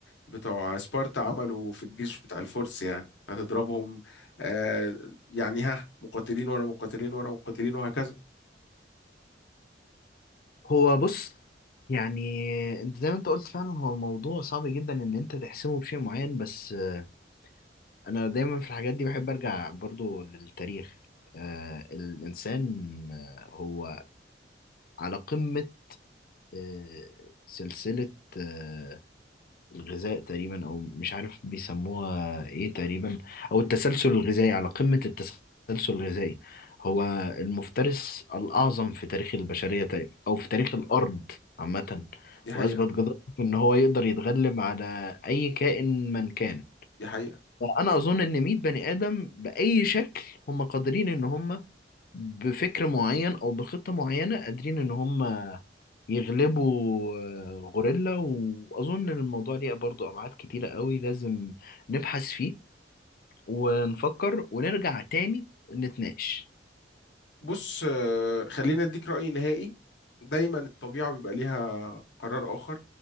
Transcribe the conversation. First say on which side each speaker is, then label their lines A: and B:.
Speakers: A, on the left (about 75°); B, on the left (about 50°).
A: بتوع سبارتا عملوا في الجيش بتاع الفرس يعني هتضربهم آه يعني ها مقاتلين ورا مقاتلين ورا مقاتلين وهكذا
B: هو بص يعني انت زي ما انت قلت فعلا هو الموضوع صعب جدا ان انت تحسمه بشيء معين بس آه، انا دايما في الحاجات دي بحب ارجع برضو للتاريخ آه، الانسان آه، هو على قمة آه، سلسلة آه، الغذاء تقريبا او مش عارف بيسموها ايه تقريبا او التسلسل الغذائي على قمة التسلسل الغذائي هو المفترس الاعظم في تاريخ البشرية تقريبا او في تاريخ الارض عامة
A: دي حقيقة
B: واثبت جدارته ان هو يقدر يتغلب على اي كائن من كان
A: دي حقيقة
B: فانا اظن ان 100 بني ادم باي شكل هم قادرين ان هم بفكر معين او بخطه معينه قادرين ان هم يغلبوا آه، غوريلا واظن ان الموضوع ليه برضو ابعاد كتيره قوي لازم نبحث فيه ونفكر ونرجع تاني نتناقش
A: بص آه، خلينا اديك رأي نهائي دايما الطبيعة بيبقى ليها قرار آخر